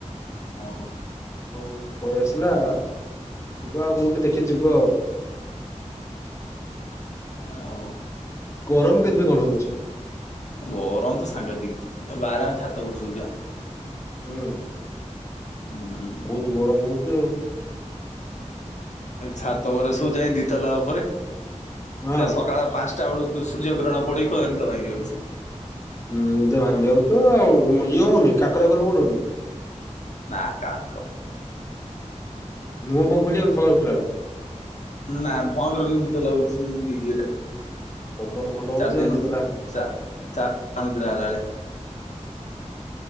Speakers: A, on the left; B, on the left.
A: ଓହୋ।
B: ହଁ ପଳେଇସିଲା ଯିବାଳ ଆଉ କୋଉଠି ଦେଖିକି ଯିବ ଆଉ।
A: ହଉ।
B: ଗରମ କେମିତି କଣ ହଉଛି?
A: ଗରମ ତ ସାଙ୍ଗତିକି କି ବାରେ ଆମେ ଛାତ ଉପରେ ଶୋଉଛୁ ବା।
B: ହୁଁ।
A: ହୁଁ।
B: ବହୁତ ଗରମ ହଉଛି ଆଉ।
A: ଛାତ ଉପରେ ଶୋଉଛି ଦିତାଲା ଉପରେ
B: ହଁ
A: ସେ ସକାଳ ପାଞ୍ଚ ଟା ବେଳକୁ ସୂର୍ଯ୍ୟ କିରଣ ପଡ଼ିକି ନିଦ ଭାଙ୍ଗି ଯାଇଛି।
B: ହୁଁ ଏ ତ ଭାଙ୍ଗି ଯଉ ତ ଆଉ ଇଏ ହଉନି କାକର ଫାକର ପଢଡୁନି?
A: ନା କାକ
B: ମୁହଁ ଫୁଅ ଫୁଲିଯାଉ ନି ସକାଳୁ ଉଠିଲା ବେଳୁ।
A: ନା ଭୟଙ୍କର କେମତି ନିଦ ଲାଗୁଛି ଏମତି ଇଏଟା।
B: ପବନ ଭଲ
A: ଚାରି
B: ହଉଛି
A: ଦିନ
B: ଆଉ ନିଦ ଲା
A: ଚା ଚା ଅନିଦ୍ରା ହେଲା ଭଳିଆ।